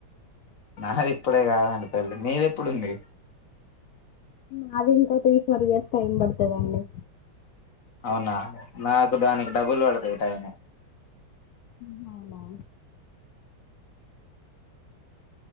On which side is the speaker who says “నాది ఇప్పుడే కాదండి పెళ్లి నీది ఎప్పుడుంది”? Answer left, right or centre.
Left